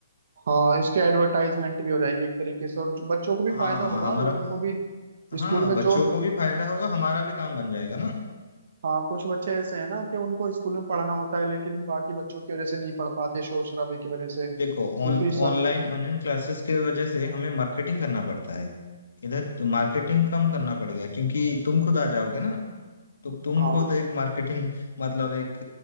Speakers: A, on the right; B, on the left.
A: हाँ इसके एडवर्टाइजमेंट भी हो जाएगी एक तरीके से और जो- बच्चों को भी
B: हाँ
A: फायदा
B: हाँ
A: होगा
B: हमारा
A: वो उनको भी स्कूल
B: हाँ
A: में
B: बच्चों
A: जो
B: को भी फायदा होगा हमारा भी काम बन जाएगा ना
A: हाँ कुछ बच्चे ऐसे हैं ना कि उनको स्कूल में पढ़ना होता है लेकिन बाकी बच्चों की वजह से नहीं पढ़ पाते शोर शराबे की वजह से क्योंकि
B: देखो ऑन
A: स-
B: ऑनलाइन ऑनलाइन क्लासेस के वजह से हमें मार्केटिंग करना पड़ता है इधर तो मार्केटिंग कम करना पड़ेगा क्योंकि तुम खुद आ जाओगे ना तो
A: हाँ
B: तुम खुद एक मार्केटिंग मतलब एक